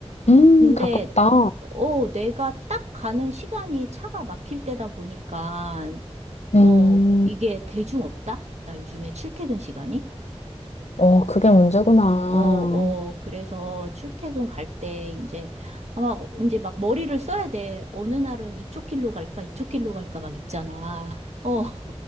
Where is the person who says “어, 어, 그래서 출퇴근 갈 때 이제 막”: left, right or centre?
Right